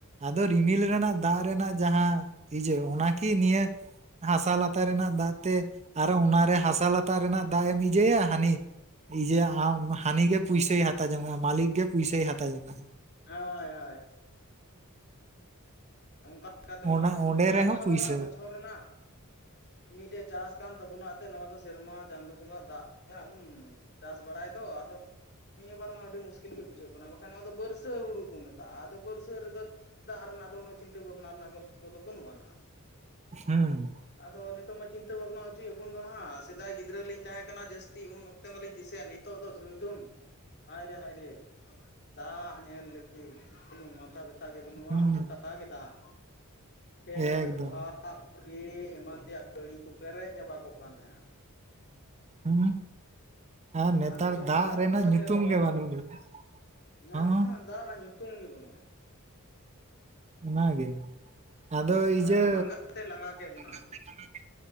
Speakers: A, on the right (about 30°); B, on the left (about 50°).
A: ᱟᱫᱚ ᱨᱤᱢᱤᱞ ᱨᱮᱱᱟᱜ ᱫᱟᱜ ᱨᱮᱱᱟᱜ ᱡᱟᱦᱟᱸ ᱤᱡᱟᱹ ᱚᱱᱟᱠᱤ ᱱᱤᱭᱟᱹ ᱦᱟᱥᱟ ᱞᱟᱛᱟᱨ ᱨᱮᱱᱟᱜ ᱫᱟᱜ ᱛᱮ ᱟᱨᱚ ᱚᱱᱟᱨᱮ ᱦᱟᱥᱟ ᱞᱟᱛᱟᱨ ᱨᱮᱱᱟᱜ ᱫᱟᱜ ᱮᱢ ᱤᱡᱟᱹᱭᱟ ᱦᱟᱹᱱᱤ ᱤᱡᱟᱹᱭᱟ ᱟᱢ ᱦᱟᱱᱤ ᱜᱮ ᱯᱩᱭᱥᱟᱹᱭ ᱦᱟᱛᱟ ᱡᱚᱝᱼᱟ, ᱢᱟᱞᱤᱠ ᱜᱮ ᱯᱩᱭᱥᱟᱹᱭ ᱦᱟᱛᱟ ᱡᱚᱝᱼᱟ᱾
B: ᱦᱳᱭ ᱦᱳᱭ ᱾ ᱚᱱᱠᱟ ᱞᱮᱠᱟᱛᱮᱢᱟ
A: ᱚᱱᱟ
B: ᱟᱹᱰᱤ
A: ᱚᱸᱰᱮ
B: ᱢᱩᱥᱠᱤᱞ
A: ᱨᱮᱦᱚᱸ
B: ᱟᱨ ᱱᱚᱣᱟ
A: ᱯᱩᱭᱥᱟᱹ
B: ᱫᱚ ᱦᱟᱸᱜ ᱵᱚᱪᱷᱚᱨ ᱨᱮᱱᱟᱜ ᱢᱤᱫᱴᱮᱡ ᱪᱟᱥ ᱠᱟᱱ ᱛᱟᱵᱚᱱᱟ ᱮᱱᱛᱜ ᱱᱚᱣᱟ ᱫᱚ ᱥᱮᱨᱢᱟ ᱪᱟᱸᱫᱳ ᱵᱚᱸᱜᱟᱣᱟᱜ ᱫᱟᱜ ᱛᱮ ᱦᱟᱸᱜ ᱵᱩᱱ ᱪᱟᱥ ᱵᱟᱲᱟᱭ ᱫᱚ ᱟᱫᱚ ᱱᱤᱭᱟᱹᱵᱟᱨ ᱢᱟ ᱟᱹᱰᱤ ᱢᱩᱥᱠᱤᱞ ᱜᱮ ᱵᱩᱡᱷᱟᱹᱜ ᱠᱟᱱᱟ, ᱵᱟᱠᱷᱟᱱ ᱱᱚᱣᱟ ᱫᱚ ᱵᱟᱹᱨᱥᱟᱹ ᱦᱩᱲᱩ ᱠᱚ ᱢᱮᱛᱟᱜᱼᱟ, ᱟᱫᱚ ᱵᱟᱹᱨᱥᱟᱹ ᱨᱮᱫᱚ ᱫᱟᱜ ᱨᱮᱱᱟᱜ ᱫᱚ ᱩᱱᱟᱹᱜ ᱪᱤᱱᱛᱟᱹ ᱵᱷᱟᱵᱽᱱᱟ ᱨᱮᱱᱟᱜ ᱜᱚᱞᱯᱚ ᱠᱚᱫᱚ ᱵᱟᱹᱱᱩᱜᱼᱟ ᱱᱟᱦᱟᱜ᱾
A: ᱦᱩᱸ᱾
B: ᱟᱫᱚ ᱱᱤᱛᱚᱜ ᱢᱟ, ᱪᱤᱱᱛᱟᱹ ᱵᱷᱟᱵᱱᱟ ᱚᱪᱚᱭᱮᱫ ᱵᱚᱱ ᱫᱚ ᱱᱟ ᱦᱟᱸᱜ᱾ ᱥᱮᱫᱟᱭ ᱜᱤᱫᱽᱨᱟᱹ ᱞᱤᱧ ᱛᱟᱦᱮᱸ ᱠᱟᱱᱟ ᱡᱟᱹᱥᱛᱤ, ᱩᱱ ᱚᱠᱛᱮ ᱢᱟᱞᱤᱧ ᱫᱤᱥᱟᱹᱭᱟ ᱱ ᱱᱤᱛᱚᱜ ᱫᱚ ᱥᱩᱭᱫᱩᱢ, ᱦᱟᱭᱨᱮ ᱦᱟᱭᱨᱮ ᱾ ᱫᱟᱜ ᱧᱮᱞ ᱞᱟᱹᱜᱤᱫ ᱵᱩᱞᱩᱝ ᱢᱟᱛᱷᱟ ᱜᱚᱴᱟ ᱜᱮ ᱵᱟᱹᱱᱩᱜᱼᱟ᱾
A: ᱦᱩᱸ
B: ᱜᱚᱴᱟ ᱜᱮ ᱫᱟᱜ ᱠᱷᱮᱛ,
A: ᱮᱠᱫᱚᱢ
B: ᱰᱚᱵᱦᱟᱜ᱾ ᱫᱟᱜ ᱯᱩᱠᱷᱨᱤ ᱮᱢᱟᱱ ᱛᱮᱭᱟᱜ ᱥᱟᱹᱲᱤ ᱠᱚ, ᱯᱮᱨᱮᱡ ᱪᱟᱵᱟ ᱠᱚᱜ ᱠᱟᱱ ᱛᱟᱦᱮᱸᱼᱟ᱾
A: ᱦᱩᱸ᱾ ᱟᱨ ᱱᱮᱛᱟᱨ
B: ᱱᱤᱛᱚᱜ ᱢᱟ
A: ᱫᱟᱜ
B: ᱨᱚᱦᱚᱲ
A: ᱨᱮᱱᱟᱜ ᱧᱩᱛᱩᱢ
B: ᱛᱮ ᱨᱚᱦᱚᱲ
A: ᱜᱮ ᱵᱟᱹᱱᱩᱜ ᱞᱮᱠᱟ <unintelligible>
B: ᱱᱟᱦᱟᱜ
A: ᱾
B: ᱫᱟᱜ ᱨᱮᱱᱟᱜ ᱧᱩᱛᱩᱢ ᱜᱮ ᱵᱟᱹᱱᱩᱜᱼᱟ᱾
A: ᱚᱱᱟ ᱜᱮ ᱟᱫᱚ ᱤᱡᱟ.
B: ᱟᱨ ᱞᱟᱸᱜᱟ ᱛᱮ ᱞᱟᱸᱜᱟ ᱠᱮᱫ ᱵᱚᱱᱟ
A: <unintelligible>